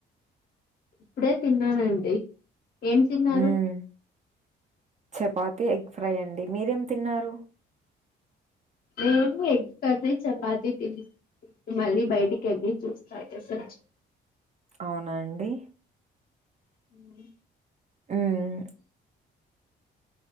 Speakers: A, on the left; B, on the right.
A: ఇప్పుడే తిన్నానండి ఏం తిన్నారు
B: మ్మ్ చపాతి ఎగ్ ఫ్రై అండి మీరేం తిన్నారు
A: ఎమ్లె ఎగ్ కర్రీ చపాతి తి మళ్ళీ బయటికి వెళ్ళి జ్యూస్ <unintelligible>
B: అవునండి
A: <unintelligible>
B: మ్మ్